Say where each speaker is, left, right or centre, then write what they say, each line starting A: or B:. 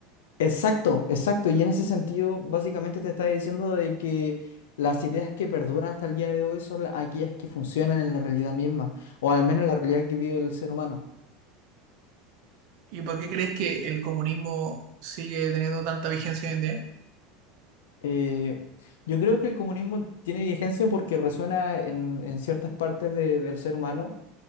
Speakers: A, on the left; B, on the right.
A: Exacto, exacto. Y en ese sentido, básicamente te está diciendo de que las ideas que perduran hasta el día de hoy son la- aquellas que funcionan en la realidad misma, o al menos en la realidad que vive el ser humano.
B: ¿Y por qué crees que el comunismo sigue teniendo tanta vigencia hoy en día?
A: Eh, yo creo que el comunismo tiene vigencia porque resuena en, en ciertas partes de- del ser humano